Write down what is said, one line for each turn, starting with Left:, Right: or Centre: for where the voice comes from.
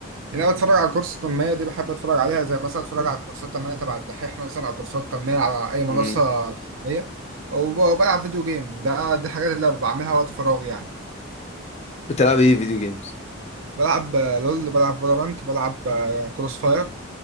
Right: إن أنا بتفرج على كورس التنمية دي بحب أتفرج عليها زي مثلا أتفرج على كورسات تنمية تبع الدحيح مثلا أو كورسات تنمية على أي منصة
Left: امم
Right: تنمية وب- وبلعب فيديو جيم ده دي الحاجات اللي بعملها وقت فراغي يعني
Left: بتلعب ايه فيديو جيمز
Right: بلعب آه، لول بلعب فالورانت بلعب آه، كروس فاير